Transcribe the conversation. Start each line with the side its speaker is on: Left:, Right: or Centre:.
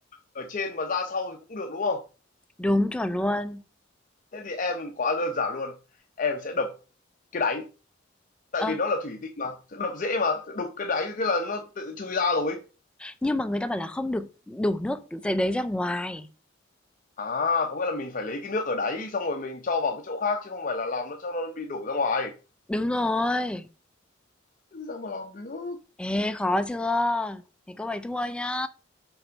Left: ở trên mà ra sau thì cũng được đúng không
Centre: đúng chuẩn luôn.
Left: thế thì em quá đơn giản luôn em sẽ đập cái đáy tại
Centre: Ơ,
Left: vì nó là thủy tinh mà sẽ đập dễ mà sẽ đục cái đáy cái là nó tự chui ra rồi
Centre: nhưng mà người ta bảo là không được đổ nước dưới đấy ra ngoài.
Left: à có nghĩa là mình phải lấy cái nước ở đáy xong rồi mình cho vào cái chỗ khác chứ không phải là làm nó cho nó bị đổ ra ngoài
Centre: Đúng rồi.
Left: sao mà làm được
Centre: Ê, khó chưa? Thế cô ấy thua nhá.